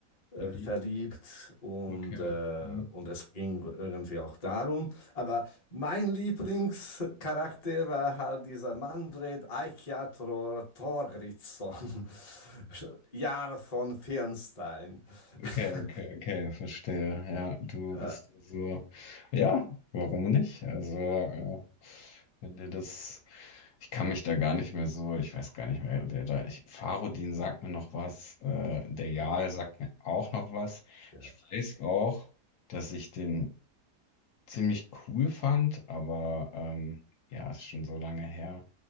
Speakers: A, on the left (about 40°); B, on the left (about 70°).
A: äh,
B: Verliebt.
A: verliebt und,
B: Okay.
A: äh,
B: <laughs> Hm.
A: und es ging irgendwie auch darum. Aber mein Lieblingscharakter war halt dieser Manfred Eichiator Thorgrímsson, <laughs> Jarl von Firnstein.
B: Okay,
A: <laughs>
B: okay, okay, verstehe. Ja, du
A: Äh,
B: bist ja so. Ja, warum nicht? Also, äh, wenn dir das. Ich kann mich da gar nicht mehr so. Ich weiß gar nicht mehr, wer da. Ich, Farodin sagt mir noch was. Äh, der Jarl sagt mir auch noch was.
A: ja,
B: Ich weiß auch, dass ich den ziemlich cool fand, aber ähm, ja, ist schon so lange her.